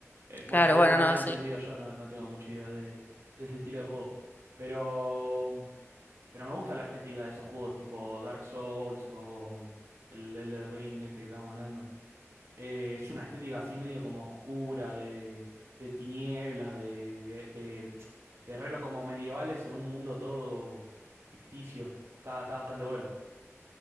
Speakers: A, on the right; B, on the left.
A: Es,
B: Claro,
A: bueno, según
B: bueno,
A: no había
B: no,
A: entendido
B: sí.
A: yo, no, no tengo mucha idea de, de ese estilo de juego. Pero, pero me gusta la estética de esos juegos tipo Dark Souls o el Elden Ring, este que estamos hablando. Eh, es una estética así medio como oscura, de, de tinieblas, de, de guerreros como medievales en un mundo todo ficticio. Está, está bastante bueno.